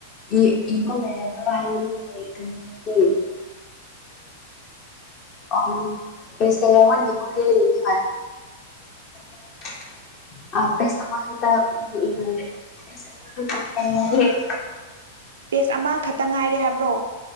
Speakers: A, on the left; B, on the right.
A: ꯏ ꯏꯕ ꯂꯩꯔꯕ꯭ꯔꯣ <inaudible> ꯑꯪ ꯄꯦꯖ ꯀꯌꯥ ꯋꯥꯠꯂꯤꯕꯒꯦ ꯍꯥꯢ ꯑꯥ ꯄꯦꯖ ꯑꯃꯈꯛ UNINTELLIGIBLE
B: ꯄꯦꯖ ꯑꯃꯈꯛꯇ ꯉꯥꯏꯔꯦ ꯍꯥꯏꯕ꯭ꯔꯣ